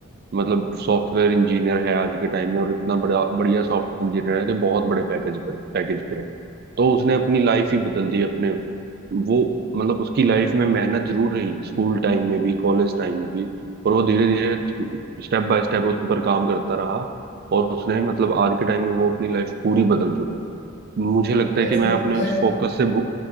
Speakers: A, on the right (about 50°); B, on the left (about 60°).
A: मतलब सॉफ्टवेयर इंजीनियर है आज के टाइम में और इतना बड़ा बढ़िया सॉफ्टवेयर इंजीनियर है कि बहुत बड़े पैकेज पर पैकेज पे है तो उसने अपनी लाइफ ही बदल दी अपने वो मतलब उसकी लाइफ में मेहनत जरूर रही स्कूल टाइम में भी कॉलेज टाइम में भी और वो धीरे धीरे स्टेप बाय स्टेप उस पर काम करता रहा और उसने मतलब आज के टाइम में वो अपनी लाइफ पूरी बदल चुका है मुझे लगता है कि
B: ऐसी
A: मैं अपने
B: बात
A: उस
B: है
A: फोकस से भू-